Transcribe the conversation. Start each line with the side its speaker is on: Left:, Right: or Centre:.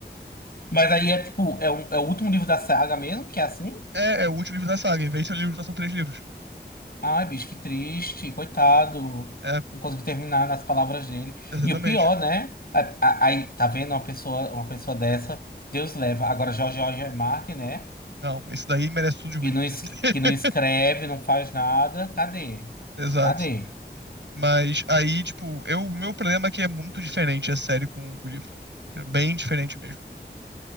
Left: Mas aí é tipo, é o, é o último livro da saga mesmo, que é assim?
Right: É, é o último livro da saga, em vez de ser um livro só, são três livros.
Left: Ai, bicho, que triste, coitado.
Right: É,
Left: Não consigo terminar nas palavras dele.
Right: exatamente.
Left: E o pior, né? A- a- Aí, tá vendo uma pessoa, uma pessoa dessa, Deus leva. Agora, George R. R. Martin, né?
Right: Não, esse daí merece tudo de ruim.
Left: Que não, es-
Right: <laughs>
Left: que não escreve, não faz nada. Cadê?
Right: Exato.
Left: Cadê?
Right: Mas aí, tipo, eu, o meu problema é que é muito diferente a série com o livro. É Bem diferente mesmo.